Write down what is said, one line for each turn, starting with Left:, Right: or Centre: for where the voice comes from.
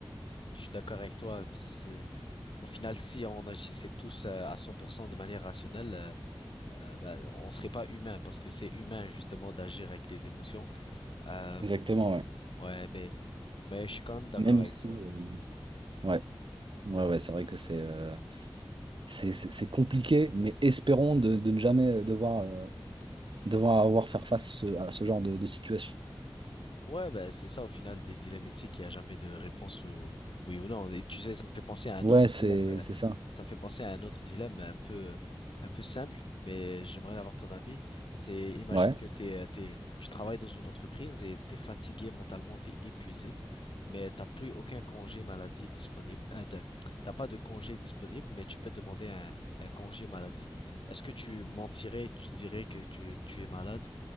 Left: Je suis d'accord avec toi. c'est- Au final, si on agissait tous euh, à 100% de manière rationnelle, euh, euh, bah, on serait pas humain parce que c'est humain justement d'agir avec les émotions. Euh,
Right: Exactement, ouais.
Left: ouais, mais, mais je suis quand même d'accord
Right: Même
Left: avec
Right: si,
Left: toi.
Right: euh,
Left: ouais.
Right: ouais. Ouais, ouais, c'est vrai que c'est euh, c'est c'est- c'est compliqué, mais espérons de, de ne jamais devoir, euh, devoir avoir faire face ce- à ce genre de, de situation.
Left: Ouais, bah, c'est ça au final des dilemmes éthiques, il n'y a jamais de réponse au oui ou non. Et tu sais, ça me fait penser à un
Right: Ouais,
Left: autre
Right: c'est
Left: dilemme, euh,
Right: c'est ça.
Left: ça me fait penser à un autre dilemme un peu, un peu simple, mais j'aimerais avoir ton avis. C'est, imagine
Right: Ouais.
Left: que t'es, euh, t'es, tu travailles dans une entreprise et t'es fatigué mentalement, t'es épuisé, mais t'as plus aucun congé maladie disponible. Euh, t'as t'as pas de congé disponible, mais tu peux demander un, un congé maladie. Est-ce que tu mentirais, tu dirais que tu, tu es malade,